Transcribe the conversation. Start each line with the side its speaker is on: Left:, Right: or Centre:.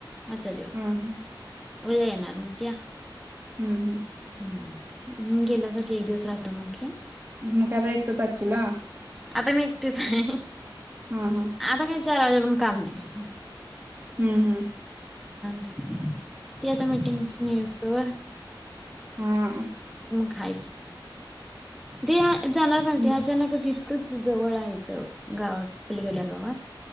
Centre: आजचा दिवस
Right: हां, हां,
Centre: उद्या येणार मग त्या.
Right: हम्म
Centre: ह म गेल्यासारखे एक दिवस राहतो म्हंटले.
Right: म का आता एकटंचचीला
Centre: आता मी एकटीच आहे.
Right: हा हा
Centre: आता काय चार वाजे पवून काम नाही
Right: हं, हं.
Centre: त तेी आता मीटिंग नाही असतो वर
Right: हम्
Centre: खाय की दे जाणार नव्हती
Right: ह
Centre: अचानकच जवळ आहेथ गाव पलीकड्या गावात